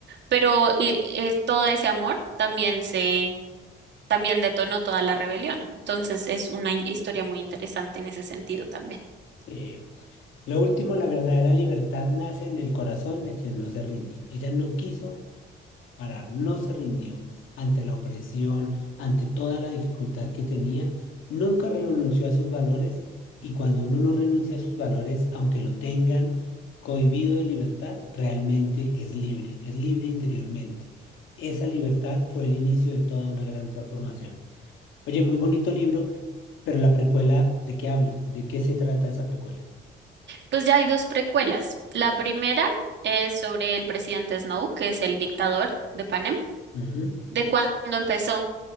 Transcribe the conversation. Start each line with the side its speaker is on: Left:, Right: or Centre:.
Right: Pero y- es- todo ese amor también se, también detonó toda la rebelión. Entonces es una in- historia muy interesante en ese sentido también.
Left: Eh, lo último, la verdadera libertad nace en el corazón de quien no se rinde. Ella no quiso parar, no se rindió ante la opresión, ante toda la dificultad que tenía, nunca renunció a sus valores y cuando uno no renuncia a sus valores, aunque lo tengan cohibido de libertad, realmente es libre, es libre interiormente. Esa libertad fue el inicio de toda una gran transformación. Oye, muy bonito libro. Pero la precuela, ¿de qué habla? ¿De qué se trata esa precuela?
Right: Pues ya hay dos precuelas. La primera es sobre el presidente Snow, que es el dictador de Panem.
Left: Ujú,
Right: de cuando empezó